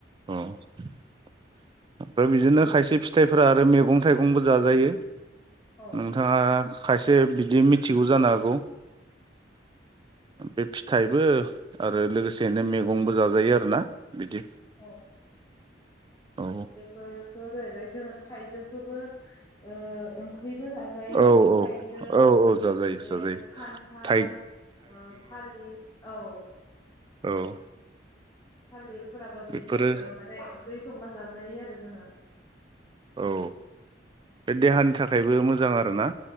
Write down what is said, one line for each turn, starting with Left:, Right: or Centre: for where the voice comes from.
Right: अ ओमफ्राय बिदिनो खायसे फिथाइफोरा आरो मैगं थाइगंबो जाजायो।
Left: औ
Right: नोंथाङा खायसे बिदि मिथिगौ जानो हागौ बे फिथाइबो आरो लोगोसेनो मैगंबो जाजायो आरोना बिदि
Left: औ
Right: औ
Left: बेफोरथ' जाहैबाय जोङो थाइजौखौबो ओ ओं ओंख्रिबो जाजायो
Right: औ औ
Left: थाइजौ
Right: औ औ जाजायो
Left: बे
Right: जाजायो
Left: खान्थाल
Right: थाइ
Left: ओ थालिर औ
Right: औ
Left: थालिर फोराबो बिदि
Right: बेफोरो
Left: ओ माने ओंख्रि संना जाजायो आरो जोङो।
Right: औ बे देहानि थाखायबो मोजां आरो ना।